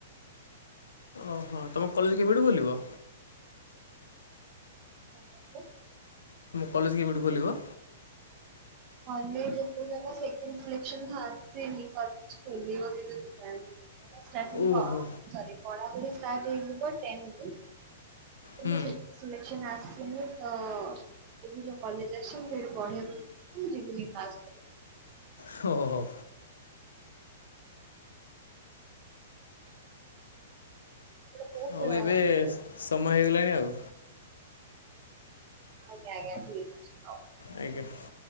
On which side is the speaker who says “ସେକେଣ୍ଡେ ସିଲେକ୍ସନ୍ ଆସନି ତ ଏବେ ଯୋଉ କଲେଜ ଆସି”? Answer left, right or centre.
Right